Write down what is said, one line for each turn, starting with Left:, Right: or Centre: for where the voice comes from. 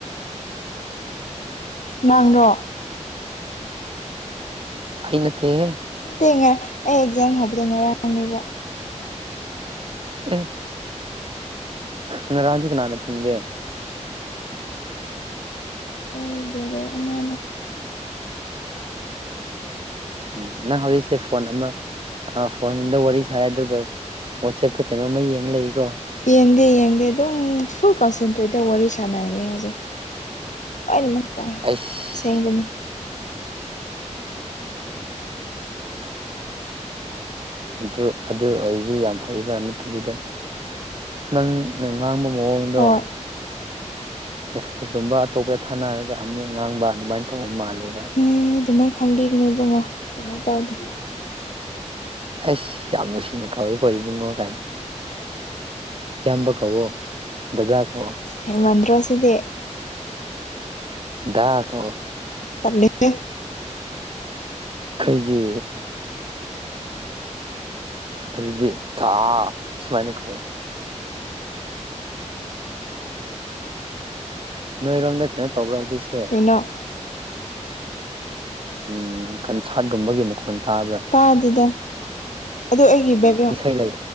Left: ꯅꯪꯔ‌ꯣ
Right: ꯑꯩ ꯅꯠꯇ‌ꯦꯍ‌ꯦ
Left: ꯅꯠꯇꯦ ꯉꯔ ꯑꯩ ꯑꯦꯛꯖꯥꯝ ꯍꯧꯕꯗꯣ ꯉꯔꯥꯡꯅꯦꯕ
Right: ꯑꯦ
Left: <unintelligible>
Right: ꯉꯔꯥꯡꯗꯤ ꯀꯅꯥꯅ ꯊꯤꯟꯒꯦ
Left: ꯑꯩ ꯕ꯭ꯔꯗꯔ ꯑꯃꯅ
Right: ꯎꯝ ꯅꯪ ꯍꯧꯖꯤꯛꯁꯦ ꯐꯣꯟ ꯑꯃ ꯑ ꯐꯣꯟꯗ ꯋꯥꯔꯤ ꯁꯥꯏ ꯑꯗꯨꯒ ꯋꯥꯆ‌ꯦꯞꯇ ꯀꯩꯅꯣꯃ ꯌꯦꯡ ꯂꯩꯒꯣ
Left: ꯌꯦꯡꯗꯦ ꯌꯦꯡꯗꯦ ꯑꯗꯨꯝ ꯐꯨꯜ ꯀꯟꯁꯦꯟꯇ꯭ꯔꯦꯠꯇ ꯋꯥꯔꯤ ꯁꯥꯟꯅꯔꯤ ꯍꯧꯖꯤꯛ ꯂꯣꯏꯅꯃꯛ ꯇꯥꯏ
Right: ꯑꯩꯁ
Left: ꯑꯁꯦꯡꯕꯅꯤ
Right: ꯑꯗꯨ ꯑꯗꯨ ꯑꯣꯏꯔꯗꯤ ꯌꯥꯝ ꯐꯩꯕꯥ ꯅꯠꯇꯕꯤꯗ ꯅꯪ ꯅꯪ ꯉꯥꯡꯕ ꯃꯑꯣꯡꯗꯣ
Left: ꯍꯣꯏ
Right: ꯃ‌ꯦꯁ‌ꯦꯁ ꯀꯨꯝꯕ ꯑꯇꯣꯞꯄꯗ ꯊꯥꯅꯔꯒ ꯑꯃꯨꯛ ꯉꯥꯡꯕ ꯑꯗꯨꯃꯥꯏꯅ ꯇꯧꯕ ꯃꯥꯜꯂꯦꯕ
Left: ꯑꯦ ꯑꯗꯨꯃꯥꯏꯅ ꯈꯪꯕꯤꯒꯅꯨ ꯏꯕꯨꯡꯉꯣ ꯑꯗꯨꯃꯥꯏ ꯇꯧꯗꯦ
Right: ꯑꯩꯁ ꯌꯥꯝ ꯅꯨꯡꯁꯤꯅ ꯀꯥꯎꯏꯀꯣ ꯏꯕꯨꯡꯉꯣ ꯀꯥꯏꯅ ꯑꯌꯥꯝꯕ ꯀꯧꯋꯣ ꯗꯥꯗꯥ ꯀꯧꯋ‌ꯣ
Left: ꯍꯦꯟꯃꯟꯗ꯭ꯔꯣ ꯁꯤꯗꯤ
Right: ꯗꯥ ꯀꯧ
Left: ꯇꯜꯂ‌ꯦ <inaudible>
Right: ꯀꯩꯒꯤ ꯑꯗꯨꯗꯤ ꯗꯥ ꯁꯨꯃꯥꯏꯅ ꯀꯧ ꯅꯣꯏꯔꯣꯝꯗ ꯀꯩꯅꯣ ꯇꯧꯕ꯭ꯔꯥ ꯍꯧꯖꯤꯛꯁꯦ
Left: ꯀꯩꯅ‌ꯣ
Right: ꯎꯝ ꯀꯟꯁꯥꯔꯠꯒꯨꯝꯕꯒꯤ ꯃꯈꯣꯟ ꯇꯥꯕ꯭ꯔꯥ
Left: ꯇꯥꯗꯦꯗ ꯑꯗꯨ ꯑꯩꯒꯤ ꯕꯦꯛꯒ꯭ꯔꯥꯎꯟ
Right: ꯏꯁꯩ ꯂꯩ